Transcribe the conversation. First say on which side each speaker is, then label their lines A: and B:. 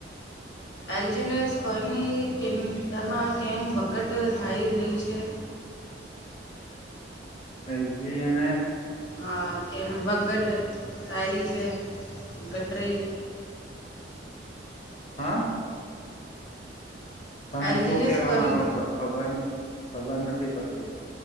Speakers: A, on the left (about 85°); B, on the left (about 35°).
A: એલ્જનેસ કોઈની કિંતામાં કેમ વકટ થઈ રહી છે
B: એલ જી એન એસ
A: હા કેમ વટ તાયરી છે ગટરી
B: હા તમે
A: એલજીને
B: શું કેવા
A: કોની
B: માંગો છો ખબર ખબર નથી પડતી